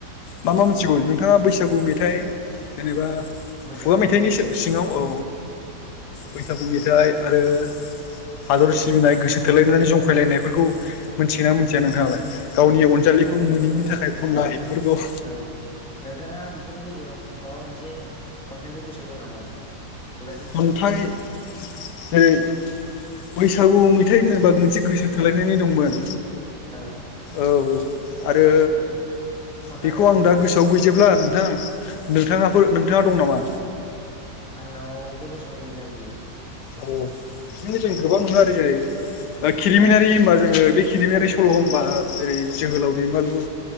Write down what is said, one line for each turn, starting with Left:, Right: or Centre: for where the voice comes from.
Left: मा मा मोनथिगौ नोंथाङा बैस बैसागु मेथाइ जेनेबा
Centre: बैसागु
Left: खुगा मेथाइनि
Centre: मेथाइ औ
Left: सिङाव औ। बैसागु मेथाइ आरो हादर सिबिनाय गोसो थोलायनानै जंखायलायनायफोरखौ मोनथियोना मोनथिया नोंथाङालाय गावनि अनजालिखौ खौ मोनैनि
Centre: औ
Left: थाखाय खननाय बेफोरखौ
Centre: औ नोंथाङा बेफोरनि गेजेराव माबा मोनसे खन्थाइखौ गोसोआव दं नामा? खुगाजों
Left: खन्थाइ
Centre: खुगा सोलिबोनाय
Left: जेरै बैसागु मेथाइ होनोबा मोनसे गोसो थोलायनानै दंमोन।
Centre: औ
Left: औ आरो
Centre: बेखौ खनना
Left: बेखौ
Centre: होदो
Left: आं
Centre: दे
Left: दा गोसोआव गैजोबला नोंथां नोंथाङाफोर
Centre: औ
Left: नोंथाङा दं नामा?
Centre: आंनावबो गोसोआव गैला बियो
Left: औ बिदिनो जों गोबां नुनो आरो जेरै खिलिमिनारि होनबा जोङो बे खिरिलिमिनारि सल' होनबा जेरै जोहोलाव दैमालु